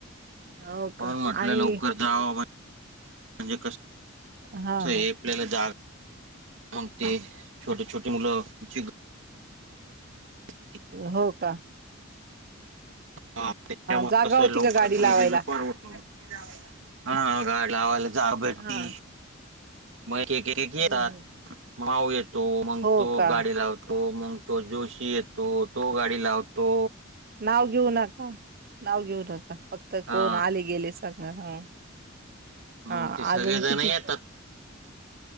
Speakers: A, on the right (about 45°); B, on the right (about 65°).
A: हो
B: म्हणून
A: का
B: म्हटलं
A: आणि
B: लवकर जावं म्हणजे कस
A: हा
B: हे
A: हा
B: आपल्याला जा मगं ते छोटी छोटी मूल आमची <unintelligible>
A: हो का.
B: हा तेच्यामुळ
A: जागा
B: कसं
A: होती
B: लवकर
A: का गाडी
B: गेलेलं
A: लावायला
B: परवडत. हा गाडी लावायला जा भेटती.
A: हा
B: मग एक एक एक
A: हम्म
B: येतात
A: हम्म
B: माऊ येतो मग
A: हो
B: तो
A: का
B: गाडी लाव तो मग तो जोशी येतो तो गाडी लावतो
A: नाव घेऊ नका नाव घेऊ नका फक्त
B: हा
A: कोण आले गेले सांगा हं.
B: मग
A: हा
B: ते सगळेजण
A: आजून किती
B: येतात